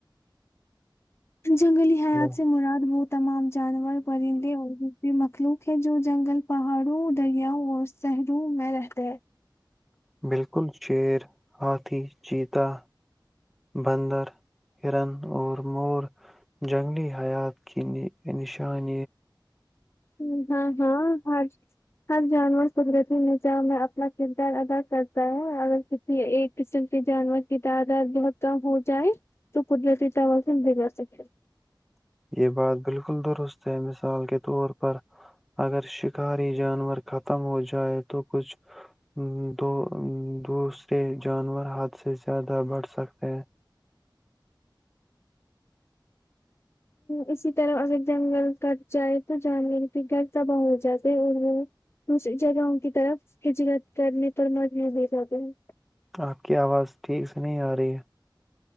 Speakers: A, on the left (about 30°); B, in the centre.
A: جنگلی حیات
B: ہلو۔
A: سے مراد بہت تمام جانور پرندے اور مخلوق ہے جو جنگل پہاڑوں دریاؤ اور شہروں میں رہتے ہیں
B: بالکل شیر ہاتھی چیتا بندر ہرن اور مور جنگلی حیات کی نشان
A: ہ ہاں ہاں ہاں ہر جانور قدرتی نظام میں اپنا کردار ادا کرتا ہے اگر کسی ایک قسم کے جانور کی تعداد بہت کم ہو جائے تو قدرتی توازع بھیے جا سکے
B: یہ بات بالکل درست ہے مثال کے طور پر اگر شکاری جانور ختم ہو جائے تو کچھ دو دوسرے جانور حد سے زیادہ بڑھ سکتے ہیں
A: اسی طرح اگر جنگل کٹ جائے تو جانور کے گھر تباہ ہو جاتے ہیں اور وہ دوسری جگہوں کی طرف ہچرت کرنے پر مز نہیں دے جاتے ہیں
B: آپ کی آواز ٹھیک سے نہیں آ رہی ہے